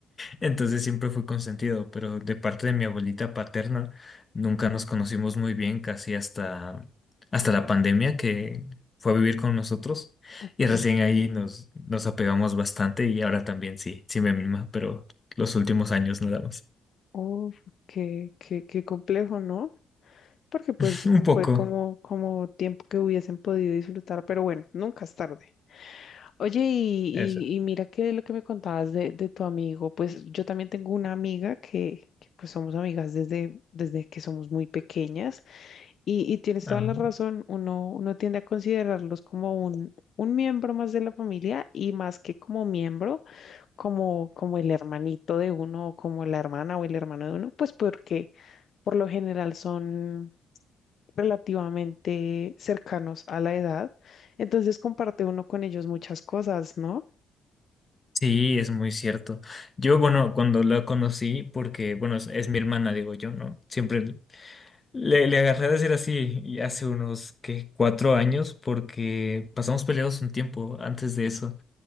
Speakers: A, on the left; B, on the left.
A: Entonces siempre fui consentido, pero de parte de mi abuelita paterna nunca nos conocimos muy bien, casi hasta, hasta la pandemia que fue a vivir con nosotros
B: Ok,
A: y recién ahí nos, nos apegamos bastante y ahora también sí, sí me mima, pero los últimos años nada más.
B: oh, qué, qué, qué complejo, ¿no? Porque pues
A: <laughs> Un poco.
B: fue como, como tiempo que hubiesen podido disfrutar, pero bueno, nunca es tarde. Oye, y,
A: Eso.
B: y, y mira que lo que me contabas de, de tu amigo, pues yo también tengo una amiga que, que pues somos amigas desde, desde que somos muy pequeñas. Y, y tienes
A: Ah,
B: toda la razón, uno, uno tiende a considerarlos como un, un miembro más de la familia y más que como miembro, como, como el hermanito de uno o como la hermana o el hermano de uno, pues porque por lo general son relativamente cercanos a la edad, entonces comparte uno con ellos muchas cosas, ¿no?
A: sí, es muy cierto. Yo, bueno, cuando la conocí, porque, bueno, es, es mi hermana, digo yo, ¿no? Siempre Le, le agarré a decir así y hace unos, que Cuatro años, porque pasamos peleados un tiempo antes de eso.